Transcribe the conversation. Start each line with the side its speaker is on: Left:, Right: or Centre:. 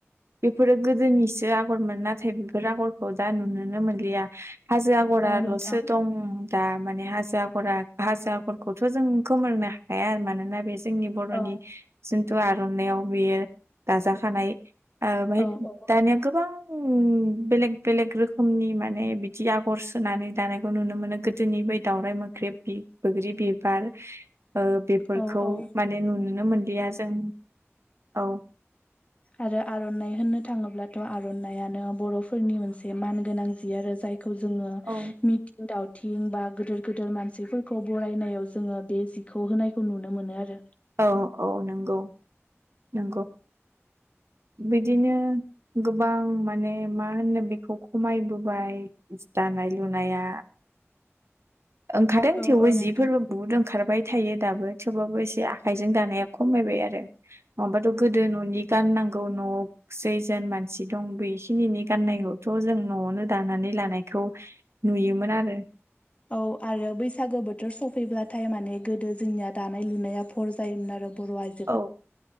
Right: बेफोरो गोदोनिसो आगरमोन नाथाय बेफोर आगरखौ दा नुनोनो मोनलिया हाजो आगराल'सो
Left: औ नोंथां
Right: दं दा माने हाजरा हाजारखौथ' जों खोमोरनो हाया मानोना बे जोंनि बर'नि
Left: औ
Right: जिन्थु आर'नायाव बेयो दाजाखानाय बेाय
Left: औ औ
Right: दानिया गोबां बेलेग बेलेग रोखोमनि माने बिदि आगर होनानै दानायखौ नुनो मोनो गोदोनि बै दाउरराय मोख्रेब बि बैग्रि बिबार ओ बेफोरखौ
Left: औ औ
Right: माने नुनो मोनलिया जों औ <inaudible>
Left: आरो आरनाइ होननो थाङोब्लाथ आरनायानो बर'फोरनि मोनसे मान गोनां जि आरो जाय खौ जोङो
Right: औ
Left: मि थिं दावथिं बा गोदोर गोदोर मानसिफोरखौ बरायनायाव जोङो बे जिखौ होनाय खौ नुनो मोनो आरो
Right: औ औ नंगौ नंगौ बिदिनो गोबां माने मा होनो बेखौ खमायबोबाय दानाय लुनाया ओंखारदों
Left: औ
Right: थेवबो
Left: औ नोंथां।
Right: जिफोरबो बहुद ओंखारबाय थायो दाबो थेवबाबो एसे आखाइजों दानाया खमायबाय आरो नङाबाथ गोदो न'नि गाननांगौ न'आव जैजोन मानसि दं बेखिनि गाननायखौथ जों न'आवनो दानानै लानायखौ नुयोमोन आरो
Left: औ आरो बैसागो बोथोर सफैब्लाथाय माने गोदो जोंनिया दानाय लुनाया भर जायोमोन आरो बर' आइजो
Right: औ